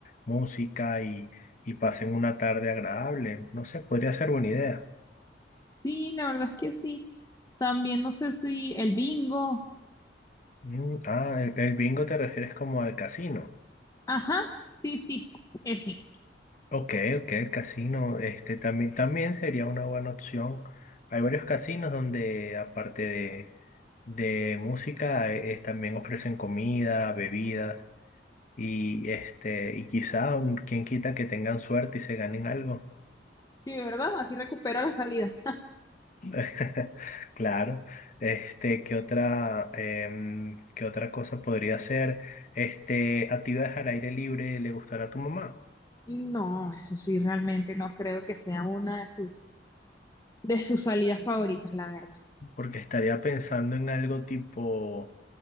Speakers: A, on the left; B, on the left.
A: música y, y pasen una tarde agradable. No sé, podría ser buena idea.
B: Sí, la verdad es que sí. También no sé si el bingo.
A: Mm, ah, el el bingo te refieres como al casino.
B: Ajá, sí, sí, es sí.
A: Ok, ok, el casino, este también, también sería una buena opción. Hay varios casinos donde, aparte de, de música, eh, eh, también ofrecen comida, bebidas, y este, y quizá un- quien quita que tengan suerte y se ganen algo.
B: Sí, ¿verdad? Así recupero la salida.
A: <laughs> Claro. Este, ¿qué otra, em, qué otra cosa podría ser? Este, actividades al aire libre, ¿le gustará a tu mamá?
B: No, eso sí, realmente no creo que sea una de sus, de sus salidas favoritas, la verdad.
A: Porque estaría pensando en algo tipo,